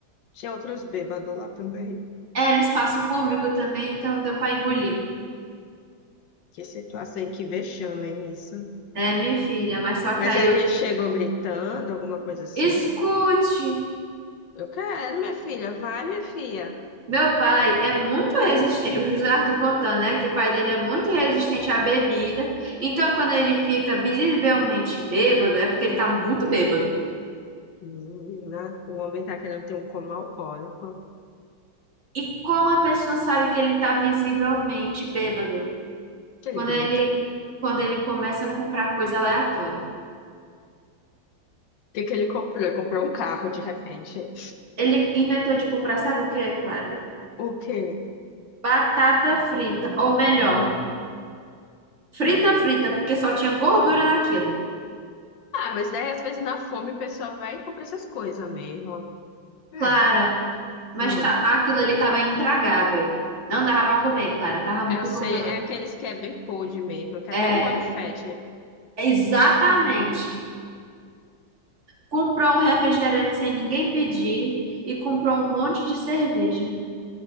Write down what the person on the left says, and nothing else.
Tinha outros bêbados lá também.
Que situação e que vexame, hein, isso?
Mas
ele
chegou gritando, alguma coisa assim.
Eu quero, minha filha, vai, minha filha.
Menina, o homem tá querendo ter um coma alcoólico.
Que
ele grita.
O
que que ele comprou? Ele comprou um carro de repente.
O quê?
Ah, mas daí às vezes na fome a pessoa vai e compra essas coisas mesmo. É.
Hum.
Eu sei,
é aqueles que é bem podre mesmo, que
até o olho fecha.